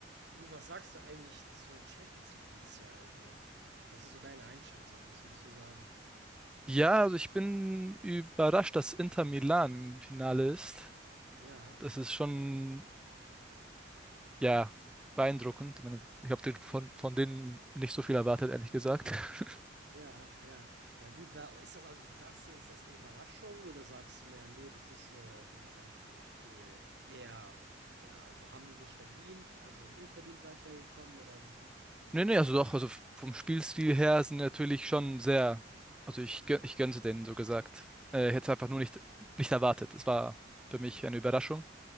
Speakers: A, on the right; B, in the centre.
A: Du, was sagst du eigentlich zur Champions League dieses Jahr? Also, was ist so deine Einschätzung? Was würdest du sagen?
B: Ja, also ich bin überrascht, dass Inter Milan im Finale ist.
A: Ja,
B: Das ist schon, ja, beeindruckend. Ich meine, ich habe von, von denen nicht so viel erwartet, ehrlich gesagt. <laughs>
A: ja, ja. Ja gut, wa ist das also sagst du, ist das eine Überraschung oder sagst du mehr: nee, das ist, äh, ja, weiß ich nicht, äh, eher ja, also haben die nicht verdient, also sind unverdient weitergekommen“, oder was sagst
B: Nee, nee, also
A: du dazu?
B: doch, also f- vom Spielstil her sind natürlich schon sehr, also ich, gö- ich gönn's denen, so gesagt. Äh, hätte einfach nur nicht, nicht erwartet. Es war für mich eine Überraschung.